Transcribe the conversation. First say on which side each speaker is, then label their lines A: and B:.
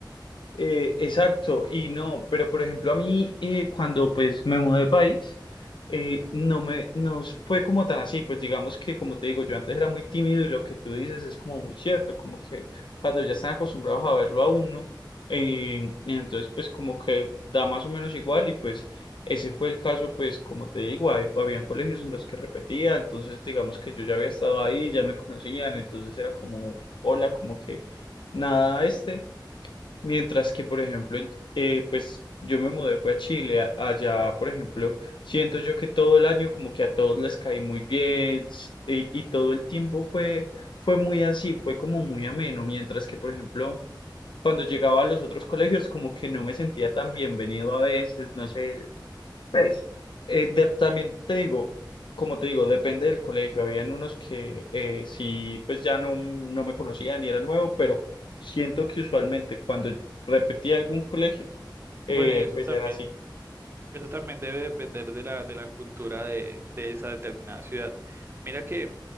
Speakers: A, on the left; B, on the right.
A: Eh, exacto, y no, pero por ejemplo a mí eh, cuando pues me mudé de país, eh, no me, nos fue como tan así, pues digamos que como te digo, yo antes era muy tímido y lo que tú dices es como muy cierto, como que cuando ya están acostumbrados a verlo a uno, eh, y entonces pues como que da más o menos igual y pues ese fue el caso, pues como te digo, hay- habían colegios en los que repetía, entonces digamos que yo ya había estado ahí, ya me conocían, entonces era como, hola, como que nada, este. Mientras que, por ejemplo, en- eh, pues yo me mudé, fue a Chile, a- allá, por ejemplo, siento yo que todo el año como que a todos les caí muy bien s- y, y todo el tiempo fue, fue muy así, fue como muy ameno, mientras que, por ejemplo, cuando llegaba a los otros colegios como que no me sentía tan bienvenido a veces, no sé, pues, eh, de- también te digo, como te digo, depende del colegio. Habían unos que eh, sí, pues ya no, no me conocían y era nuevo, pero siento que usualmente cuando repetía algún colegio, eh,
B: Bueno, y eso
A: pues
B: también,
A: era así.
B: eso también debe depender de la, de la cultura de, de esa determinada ciudad. Mira que